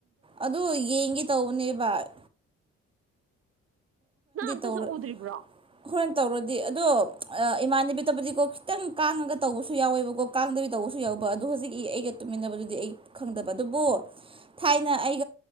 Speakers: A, on the right; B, on the right.
A: ꯑꯗꯨ ꯌꯦꯡꯒꯦ ꯇꯧꯕꯅꯦ ꯚꯏ
B: ꯅꯪ ꯑꯝꯇꯁꯨ
A: ꯇꯧꯔ
B: ꯎꯗ꯭ꯔꯤꯕ꯭ꯔꯣ
A: ꯍꯣꯔꯦꯟ ꯇꯧꯔꯗꯤ ꯑꯗꯣ ꯏꯃꯥꯟꯅꯕꯤ ꯇꯕꯨꯗꯤꯀꯣ ꯈꯤꯇꯪ ꯀꯥꯡꯉꯒ ꯇꯧꯕꯁꯨ ꯌꯥꯎꯋꯦꯕꯀꯣ ꯀꯥꯡꯗꯕꯤ ꯇꯧꯕꯁꯨ ꯌꯥꯎꯋꯦ ꯇꯟꯅꯕ ꯈꯪꯕ ꯑꯗꯨꯕꯨ ꯊꯥꯏꯅ ꯑꯩ